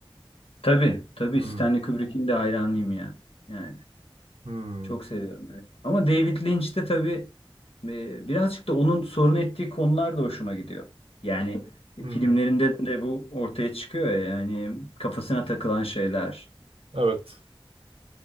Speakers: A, on the left; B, on the right.
A: Tabii, tabii
B: Hmm,
A: Stanley Kubrick'in de hayranıyım ya. Yani.
B: hmm,
A: Çok seviyorum evet. Ama David Lynch de tabii e, birazcık da onun sorun ettiği konular da hoşuma gidiyor. Yani
B: hmm.
A: filmlerinde de bu ortaya çıkıyor ya, yani kafasına takılan şeyler.
B: Evet.